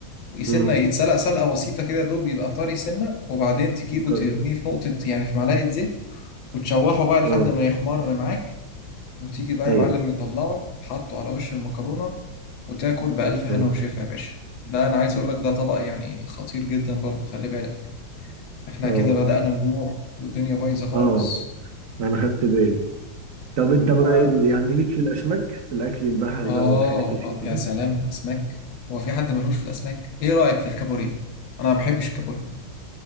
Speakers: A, on the left (about 80°); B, on the right (about 60°).
A: سنة
B: مم.
A: يتسلق سلقة بسيطة كده دوب يبقى طري سنة وبعدين تجيبه
B: اه
A: ترميه في نقطة يعني في معلقة زيت وتشوحه بقى لحد
B: آه.
A: ما يحمر معاك وتيجي بقى
B: ايوه
A: يا معلم مطلعه حاطه على وش المكرونة وتاكل بألف هنا
B: اه
A: وشفا يا باشا ده أنا عايز أقول لك ده طبق يعني خطير جدا برضو خلي بالك إحنا
B: اه
A: كده بدأنا نجوع والدنيا بايظة خالص
B: اه انا خدت بالي طب انت بقى
A: آه.
B: إيه- يعني ليك في الاسماك في الاكل البحري
A: آه
B: بقى والحاجات الحلوه
A: آه يا
B: دي
A: سلام الأسماك هو في حد ملوش في الأسماك؟ إيه رأيك في الكابوريا؟ أنا ما بحبش الكابوريا